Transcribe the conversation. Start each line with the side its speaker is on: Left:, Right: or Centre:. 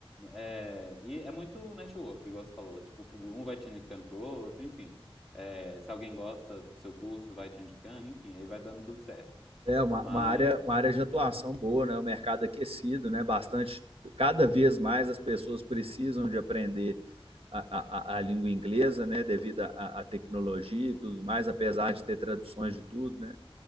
Centre: É, e é muito network, igual você falou. Tipo, um vai te indicando pro outro, enfim. É, se alguém gosta do seu curso, vai te indicando, enfim, aí vai dando tudo certo.
Right: É uma,
Centre: Mas,
Right: uma área, uma área de atuação boa, né? Um mercado aquecido, né? Bastante, cada vez mais as pessoas precisam de aprender a, a, a língua inglesa, né? Devido à tecnologia e tudo mais, apesar de ter traduções de tudo, né?